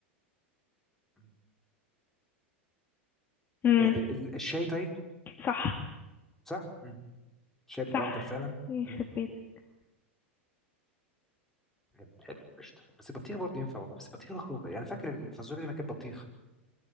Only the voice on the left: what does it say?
مم.
صح
صح
يخرب
بيتك